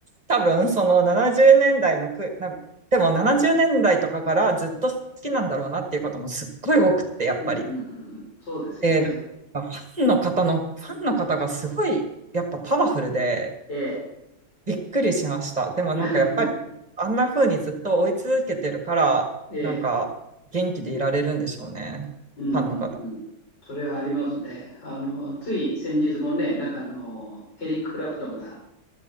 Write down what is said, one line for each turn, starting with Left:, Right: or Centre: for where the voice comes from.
Right: 多分、その70年代のクイ、な、でも70年代とかからずっと好きなんだろうなっていう方もすっごい多くって、やっぱり。
Left: うんうんうんうん。そうですよね。
Right: で、なんかファンの方の、ファンの方がすごい、やっぱパワフルで、
Left: ええ。
Right: びっくりしました。でもなんかやっぱり、
Left: <laughs>
Right: あんな風にずっと追い続けてるから、
Left: ええ。
Right: なんか元気でいられるんでしょうね。
Left: うんうんうん。
Right: ファンの方。
Left: それはありますね。あの、つい先日もね、なんかあの、エリック・クラプトンが